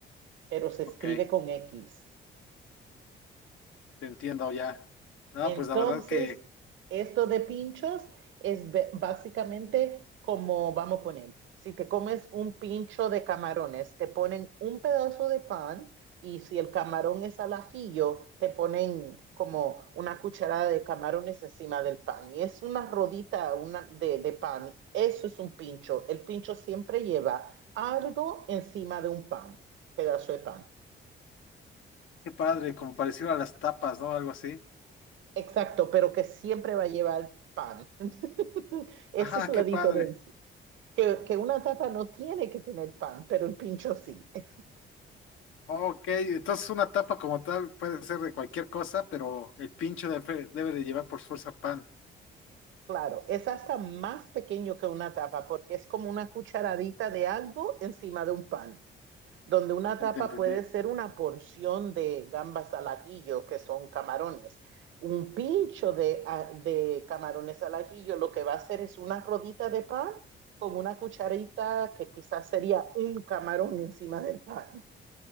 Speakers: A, on the right; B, on the left.
A: pero se
B: Ok.
A: escribe con X.
B: Te entiendo ya. No,
A: Entonces,
B: pues la verdad que,
A: esto de pinchos es b- básicamente como vamos a poner, si te comes un pincho de camarones, te ponen un pedazo de pan y si el camarón es al ajillo, te ponen como una cucharada de camarones encima del pan. Y es una rodita una de, de pan. Eso es un pincho. El pincho siempre lleva algo encima de un pan, pedazo de pan.
B: qué padre, como parecido a las tapas, ¿no? Algo así.
A: Exacto, pero que siempre va a llevar pan. <laughs> Esa
B: Ajá,
A: es la
B: qué padre.
A: diferencia. Que, que una tapa no tiene que tener pan, pero el pincho sí. Eh,
B: Ok, entonces una tapa como tal puede ser de cualquier cosa, pero el pincho debe, debe de llevar por fuerza pan.
A: Claro, es hasta más pequeño que una tapa porque es como una cucharadita de algo encima de un pan. donde una tapa
B: Ya Te entendí.
A: puede ser una porción de gambas al ajillo, que son camarones. Un pincho de, ah, de camarones al ajillo lo que va a hacer es una rodita de pan con una cucharita que quizás sería un camarón encima del pan.